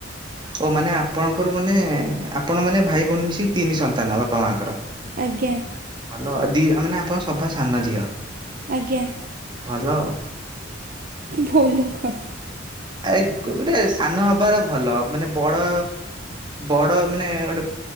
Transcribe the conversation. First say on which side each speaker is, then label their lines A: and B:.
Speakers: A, on the right; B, on the right.
A: ଓ ମାନେ ଆପଣଙ୍କର ମାନେ ଆପଣ ମାନେ ଭାଇ ଭଉଣୀ ମିଶିକି ତିନି ସନ୍ତାନ ଆଉ ବାପା ମାଙ୍କର।
B: ଆଜ୍ଞା।
A: ଭଲ ଦି ମାନେ ଆପଣ ସଭା ସାନ ଝିଅ।
B: ଆଜ୍ଞା।
A: ଭଲ ଆଉ।
B: ଭୋଲ କଣ?
A: ଆ ଗୋଟେ ସାନ ହବାର ଭଲ, ମାନେ ବଡ ବଡ ମାନେ ଗୋଟେ